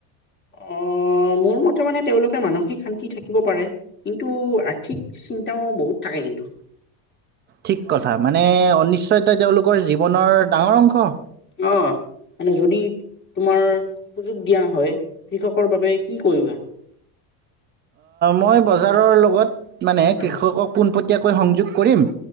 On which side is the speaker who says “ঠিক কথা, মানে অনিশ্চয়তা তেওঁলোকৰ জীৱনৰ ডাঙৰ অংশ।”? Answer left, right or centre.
Right